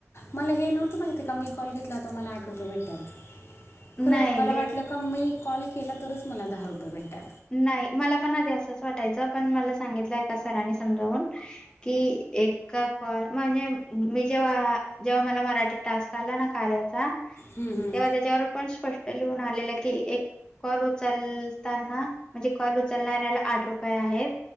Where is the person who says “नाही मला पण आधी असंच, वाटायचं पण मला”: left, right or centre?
Left